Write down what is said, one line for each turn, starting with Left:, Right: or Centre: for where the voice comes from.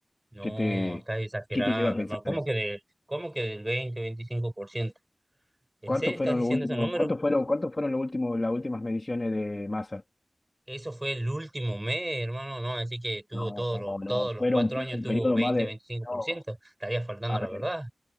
Right: No,
Left: ¿Qué te,
Right: estás exagerando,
Left: qué te lleva a pensar
Right: hermano, ¿cómo
Left: eso?
Right: que, de, cómo que del 20, 25%? ¿En
Left: ¿Cuántos
Right: serio estás
Left: fueron
Right: diciendo
Left: los últimos,
Right: ese número?
Left: cuántos fueron, cuántos fueron los últimos, las últimas mediciones de masa?
Right: Eso fue el último mes, hermano, no, así que tuvo
Left: No,
Right: todos los,
Left: no,
Right: todos los
Left: fueron,
Right: cuatro
Left: fueron
Right: años
Left: un
Right: tuvo
Left: periodo
Right: 20,
Left: más de.
Right: 25%,
Left: No,
Right: estaría faltando
Left: a
Right: a
Left: ver,
Right: la verdad.